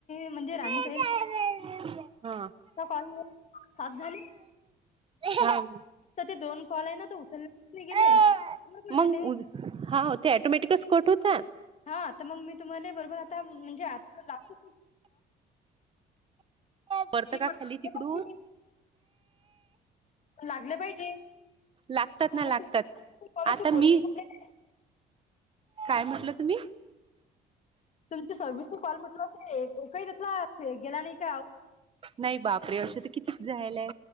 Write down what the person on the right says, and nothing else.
हा.
हां हूं.
हा
मग
उद हा ते ऑटोमॅटिक स् कट होता.
परत का
खाली तिकडून
लागतात ना
लागतात
आता
मी
काय म्हटलं तुम्ही?
नाही बापरे अश तर कितीच जायलाय